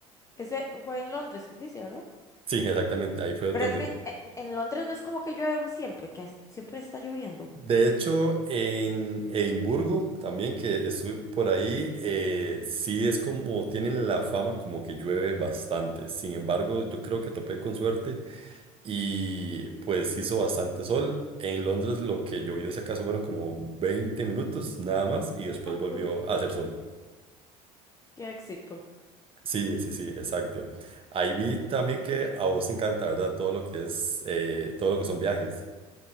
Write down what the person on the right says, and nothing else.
Sí, exactamente, ahí fue
donde...
De hecho, en Edimburgo, también que estuve por ahí, eh, sí es como, tienen la fama como que llueve bastante. Sin embargo, yo creo que topé con suerte y pues hizo bastante sol. En Londres lo que llovió, si acaso, fueron como 20 minutos nada más y después
volvió
a hacer sol.
Sí, sí, sí, exacto. Ahí vi también que a vos te encanta, ¿verdad? Todo lo que es, eh, todo lo que son viajes.